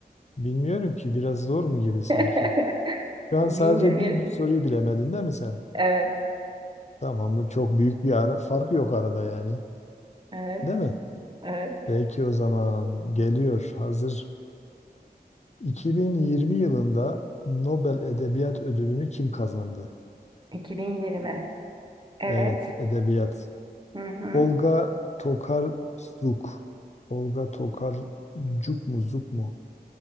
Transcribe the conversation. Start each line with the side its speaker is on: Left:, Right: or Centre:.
Left: bilmiyorum ki biraz zor mu gibi sanki.
Right: <laughs>
Left: Şu an
Right: 2020.
Left: sadece bir, bir soruyu bilemedin değil mi sen?
Right: Evet,
Left: Tamam mı? Çok büyük bir ara, fark yok arada yani.
Right: evet,
Left: Değil mi?
Right: evet.
Left: Peki o zaman geliyor hazır. 2020 yılında Nobel Edebiyat Ödülünü kim kazandı?
Right: 2020. Evet.
Left: Evet, edebiyat.
Right: Hı hı.
Left: Olga Tokarczuk. Olga Tokarczuk mu, Zuk mu?